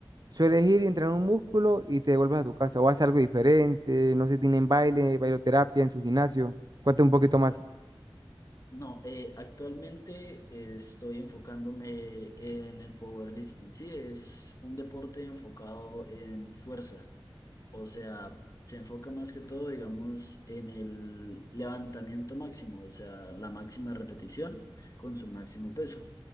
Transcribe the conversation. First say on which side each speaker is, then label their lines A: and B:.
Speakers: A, on the right; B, on the left.
A: sueles ir y entrenar un músculo y te devuelves a tu casa o haces algo diferente, no sé, tienen baile, bailoterapia en su gimnasio. Cuéntame un poquito más.
B: No, eh, actualmente eh, estoy enfocándome en el powerlifting. Sí, es un deporte enfocado en fuerza. O sea, se enfoca más que todo, digamos, en el levantamiento máximo, o sea, la máxima repetición con su máximo peso.